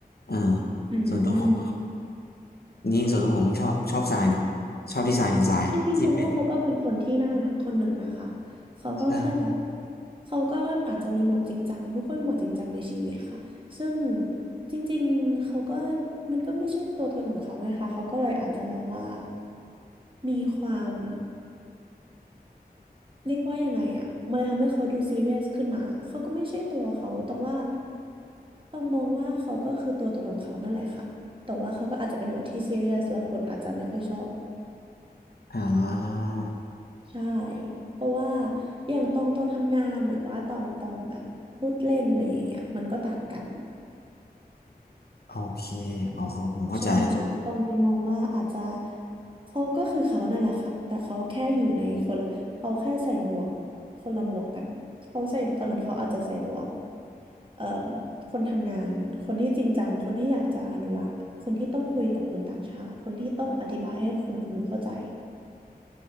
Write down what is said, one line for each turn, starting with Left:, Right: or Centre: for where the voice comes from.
Left: เออ
Right: อืม
Left: ส่วนตัวผมยิ่งส่วนตัวผมยังชอบชอบทรายนะชอบที่ทรายเป็นทรายอะที่เป็น
Right: จริงๆตองว่าเขาก็เป็นคนที่น่ารักคนหนึ่งนะคะ เขาก็แค่แบบ
Left: ใช่
Right: เขาก็อาจจะมีโหมดจริงจังทุกคนมีโหมดจริงจังในชีวิตค่ะซึ่งจริงๆเขาก็มันก็ไม่ใช่ตัวตนของเขาไงคะเขาก็เลยอาจจะแบบว่ามีความเรียกว่ายังไงอะมันเลยทำให้เขาดูซีเรียสขึ้นมาเขาก็ไม่ใช่ตัวเขาตองว่าต้องมองว่าเขาก็คือตัวตนของเขานั่นแหละค่ะแต่ว่าเขาก็อาจจะเป็นโหมดที่ซีเรียสแล้วคนอาจจะไม่ค่อยชอบ
Left: อ่า
Right: ใช่ เพราะว่าอย่างตองตอนทำงานหรือว่าตองตอนแบบพูดเล่นอะไรอย่างเงี้ยมันก็ต่างกัน
Left: โอเคโอเคผมเข้าใจแล้ว
Right: ใช่ตองเลยมองว่าอาจจะเขาก็คือเขานั่นแหละค่ะแต่เขาแค่อยู่ในคนเขาแค่ใส่หมวกคนละหมวกกันเขาใส่ตอนนั้นเขาอาจจะใส่หมวกเอ่มคนทำงานคนที่จริงจังคนที่อยากจะอนุรักษ์คนที่ต้องคุยกับคนต่างชาติคนที่ต้องอธิบายให้คนคนนั้นเข้าใจ